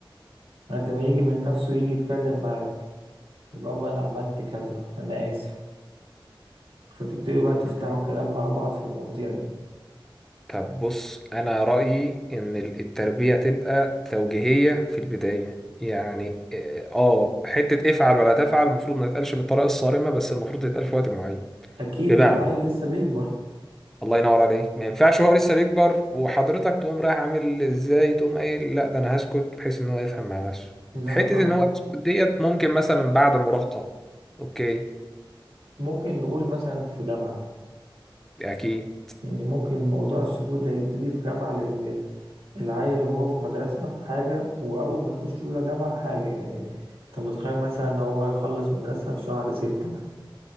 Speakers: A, on the right; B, in the centre.
A: لغاية ما يجي من نفسه يجي يتكلم معاك يا بابا انا عملت كذا انا اسف فتبتدوا بقى
B: مم.
A: تفتحوا كلام مع بعض في المواضيع دي
B: طب بص انا رايي ان ال- التربيه تبقى توجيهيه في البدايه يعني اه آه، حته افعل ولا تفعل المفروض ما تتقالش بالطريقه الصارمه بس المفروض تتقال في وقت معين
A: اكيد
B: بمعنى
A: هو العيل لسه بيكبر
B: الله ينور عليك ما ينفعش هو لسه بيكبر وحضرتك تقوم رايح عامل ازاي تقوم قايل لا ده انا هسكت بحيث ان هو يفهم مع نفسه
A: لا
B: حتة
A: طبعا
B: ان هو يسكت ديت ممكن مثلا بعد المراهقة اوكي
A: ممكن نقول مثلا في جامعة
B: اكيد
A: يعني ممكن موضوع السكوت ده يبتدي في جامعة لان العيل وهو في مدرسة حاجة واول ما يخش اولى جامعة حاجة يعني انت متخيل مثلا إن هو يخلص مدرسة في شهر ستة مثلا